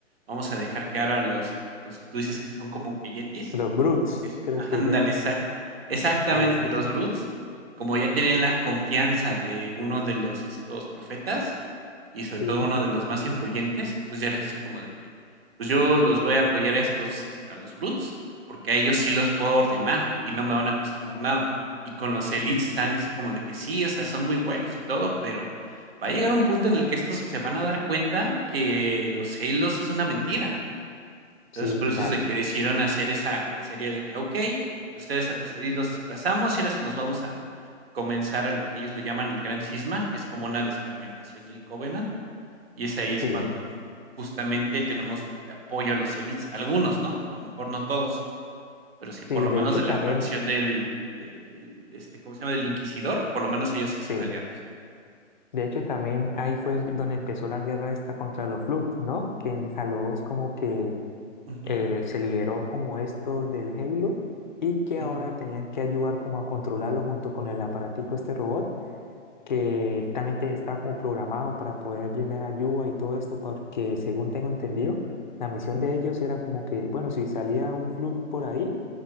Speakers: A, on the right (about 50°); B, on the left (about 40°).
A: vamos a dejar que ahora los, los que tú dices que son como que yetis,
B: Los Brutes,
A: que es,
B: creo
A: ándale,
B: que llaman.
A: exact- exactamente,
B: Eso,
A: los Bruts, como ya tenían la confianza de uno de los estos profetas y sobre
B: sí,
A: todo uno de los más influyentes, pues ya era así como de que, pues yo los voy a apoyar a estos, este, a los Bruts, porque a ellos sí los puedo ordenar y no me van a cuestionar nada. Y con los Elites están así como de que sí, o sea, son muy buenos y todo, pero va a llegar un punto en el que estos se van a dar cuenta que los Halos es una mentira entonces,
B: sí,
A: por eso
B: claro.
A: es de que decidieron hacer esa cacería de que, ok, ustedes a los edil los desplazamos y ahora se nos vamos a comenzar a lo que ellos le llaman el gran cisma, que es como una desfragmentación del Covenant. Y es ahí es
B: Sí,
A: cuando justamente tenemos de apoyo a los elites, algunos, ¿no? A lo mejor no todos, pero sí por
B: sí,
A: lo
B: de
A: menos
B: hecho
A: de la
B: también,
A: facción del, del, este, ¿cómo se llama? Del Inquisidor, por lo menos ellos sí
B: sí.
A: son aliados.
B: De hecho también ahí fue donde empezó la guerra esta contra los Flood, ¿no? Que en Halo 2 como que
A: Ujú,
B: eh, se liberó como esto del Halo y que
A: ujú,
B: ahora tenían que ayudar como a controlarlo junto con el aparatico, este robot, que también te- estaba como programado para poder brindar ayuda y todo esto, porque según tengo entendido, la misión
A: ujú,
B: de ellos era como que, bueno, si salía un Flood por ahí,